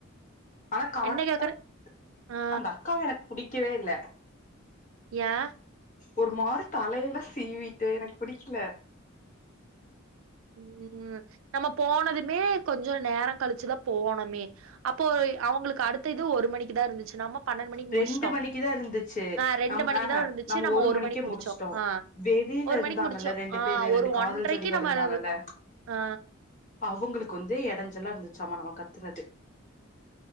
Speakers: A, on the left (about 40°); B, on the right (about 70°).
A: ஆனா கரெக்ட்டா
B: என்ன கேக்குற ஆ
A: அந்த அக்காவ எனக்கு புடிக் கவே இல்ல
B: யா
A: ஒரு மாரி தலையெல்லா சீவிட்டு எனக்கு புடிக்கல
B: ம் நம்ம போனதுமே கொஞ்சம் நேரம் கழிச்சிதா போனோமே அப்போ அவுங்களுக்கு அடுத்த இது ஒரு மணிக்குதா இருந்துச்சி நம்ம பன்னெண்டு மணிக்கு
A: ரெண்டு
B: முடிச்சுட்டோ
A: மணிக்குதா இருந்துச்சி
B: ஆ ரெண்டு
A: நம்
B: மணிக்கு
A: ஆஹ்
B: தா இருந்துச்சு
A: நம்ம ஒரு மணிக்கே
B: மணிக்கு
A: முடிச்சுட்டோ
B: முடிச்சோ ஆ
A: வெளியில
B: ஒரு
A: இருந்தாங்கல்ல
B: மணிக்கு முடிச்சோ
A: ரெண்டு
B: ஆ
A: பேரு
B: ஒரு
A: ரெண்டு காதல்
B: ஒன்றைக்கு
A: ஜோடிகள்
B: நம்ம
A: இருந்தாங்கல்ல
B: அத ஆ
A: அவுங்களுக்கு வந்து எடஞ்சல்லா இருந்துச்சு ச்சாம நம்ம கத்துனது